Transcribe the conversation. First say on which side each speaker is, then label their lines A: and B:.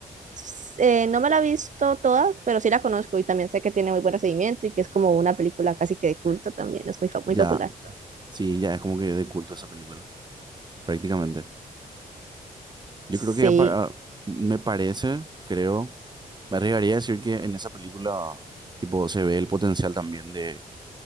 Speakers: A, on the right; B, on the right.
A: S- eh, no me la he visto toda, pero sí la conozco y también sé que tiene muy buen recibimiento y que es como una película casi que de culto también, es muy, fa- muy
B: Ya,
A: popular.
B: sí, ya es como que de culto esa película, prácticamente. Yo
A: Sí,
B: creo que ya para, me parece, creo, me arriesgaría a decir que en esa película, tipo, se ve el potencial también de,